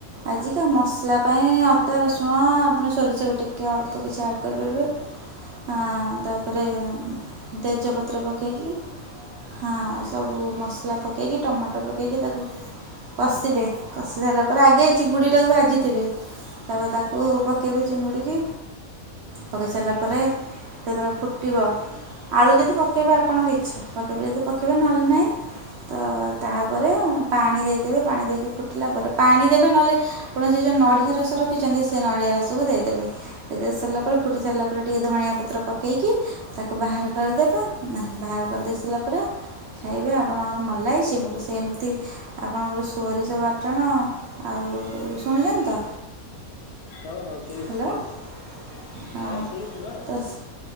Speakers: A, on the right; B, on the left.
A: ଆଜିକା ମ ଖାଇଲା ପାଇଁ ଅଦା ରସୁଣ ଆପଣ ସୋରିଷେ ବି ଟିକେ କି ଅଳ୍ପ କିଛି ଆଡ଼୍ କରିପାରିବେ ଆ ଆ ତାପରେ ତେଜପତ୍ର ପକେଇକି ହଁ ସବୁ ମସଲା ପକେଇକି ଟମାଟୋ ପକେଇ ପକାଇକି ତାକୁ କଷିବେ କଷି ସାରିଲା ପରେ ଆଗେଇ ଚିଙ୍ଗୁଡ଼ିଟାକୁ ଭାଜିଥିବେ, ତାପରେ ତାକୁ ପକାଇବେ ଚିଙ୍ଗୁଡ଼ିକି। ପକେଇ ସାରିଲା ପରେ ଯେତେବେଳେ ଫୁଟିବ ଆଳୁ ଯଦି ପକାଇବେ ଆପଣଙ୍କ ଇଚ୍ଛା ପକାଇବେ ଯଦି ପକାଇବେ ନଲେ ନାହିଁ ତ ତାପରେ ପାଣି ଦେଇଦେବେ ପାଣି ଦେଇକି ଫୁଟିଲା ପରେ ପାଣି ଦେ ବେ ନହେଲେ ଆପଣ ଯ ଯୋଉ ନଡିଆ ରସ ରଖିଛନ୍ତି, ସେ ନଡିଆ ରସକୁ ଦେଇଦେବେ। ସେ ଦେଇ ସାରିଲା ପରେ ଫୁଟି ସାରିଲା ପରେ ଟିକେ ଧଣିଆ ପତ୍ର ପକେଇକି ତାକୁ ବାହାର କରିଦେବା ନା ବାହାର କରିଦେଇ ସାରିଲା ପ ତାପରେ ଖାଇବେ ଆପଣଙ୍କର ମଲାଇ <unintelligible> ସେମିତି ଆପଣଙ୍କର ସୋରିଷ ବାଟଣ ଆଉ ଶୁଣିଚନ୍ତି ତ।
B: ହଁ ହଁ ଶୁଣୁଛି
A: ହ୍ୟାଲୋ
B: ଶୁଣୁଛି।
A: <inaudible>
B: ହଁ ଶୁଣୁଛି ବା।
A: ତ